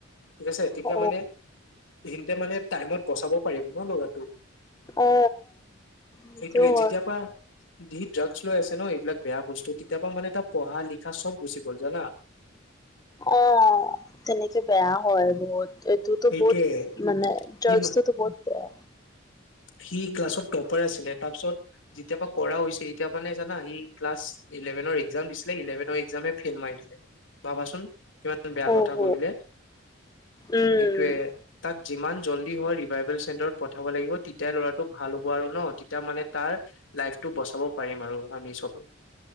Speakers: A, on the left (about 70°); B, on the left (about 20°).
A: ঠিক আছে তেতিয়া
B: অ
A: মানে। এইখিনিতে টাইমত বচাব পাৰিব ন ল'ৰাটো। সেইটোৱে,
B: অ সেইটো হয়
A: যেতিয়া পৰা। ধি ড্ৰাগছ লৈ আছে ন, এইবিলাক বেয়া বস্তু তেতিয়া পা মানে তা পঢ়া লিখা চব গুচি গ'ল জানা।
B: অ তেনেকে বেয়া হয় বহুত। টোতো
A: সেইটোয়ে
B: বহুত মানে ড্ৰাগছটো
A: সি
B: বহুত বেয়া
A: সি ক্লাছত টপাৰ আছিলে তা পিছত, যেতিয়া পা কৰা হৈছে সিতিয়া মানে জানা সি ক্লাছ ইলেভেনৰ একজাম দিছিলে ইলেভেনৰ একজামে ফেইল মাৰি দিলে। ভাবাচোন কিমান বেয়া
B: অ
A: কথা
B: হ
A: কৰিলে।
B: উম
A: সে- টোৱে তাক যিমান জল্দি হয় ৰিভাইবেল চেণ্টাৰত পঠাব লাগিব তি- তেয়া ল'ৰাটো ভাল হ'ব আৰু ন তেতিয়া মানে তাৰ লাইফটো বচাব পাৰিম আৰু আমি চবে।